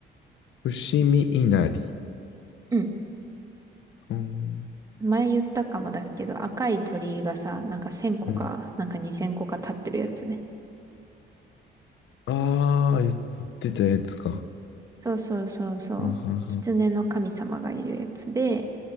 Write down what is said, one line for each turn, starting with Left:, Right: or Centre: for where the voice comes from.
Left: 伏見稲荷。
Right: うん。
Left: うん、
Right: 前言ったかもだけど、赤い鳥居がさ、なんか1000個か、
Left: うん。
Right: なんか2000個か立ってるやつね。
Left: ああ、言ってたやつか。
Right: そうそうそうそう。
Left: あはははは。
Right: 狐の神様がいるやつで、